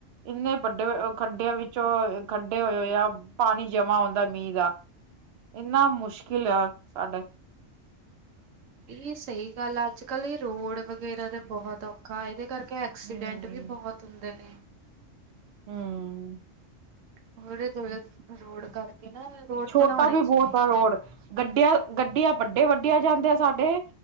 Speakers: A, on the right (about 65°); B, on the right (about 80°).
A: ਇੰਨੇ ਵੱਡੇ ਖੱਡਿਆਂ ਵਿੱਚੋਂ ਖੱਡੇ ਹੋਏ ਆ। ਪਾਣੀ ਜਮਾ ਹੁੰਦਾ ਮੀਂਹ ਦਾ, ਇੰਨਾ ਮੁਸ਼ਕਿਲ ਆ ਸਾਡੇ।
B: ਇਹ ਸਹੀ ਗੱਲ ਆ, ਅੱਜ ਕੱਲ ਇਹ ਰੋਡ ਵਗੈਰਾ ਤੇ ਬਹੁਤ ਔਖਾ ਇਹਦੇ ਕਰਕੇ ਐਕਸੀਡੈਂਟ
A: ਹੂੰ
B: ਵੀ ਬਹੁਤ ਹੁੰਦੇ ਨੇ।
A: ਹੁੰ,
B: <unintelligible> ਰੋਡ ਕਰਕੇ ਨਾ ਰੋਡ
A: ਛੋਟਾ
B: ਬਣਾਉਣੇ
A: ਵੀ
B: ਹੀ ਚਾਹੀਦੇ
A: ਬਹੁਤ ਆ ਰੋਡ
B: ਨੇ।
A: ਗੱਡੀਆਂ ਗੱਡੀਆਂ ਵੱਡੇ ਵੱਡੀਆਂ ਜਾਂਦੇ ਆ ਸਾਡੇ।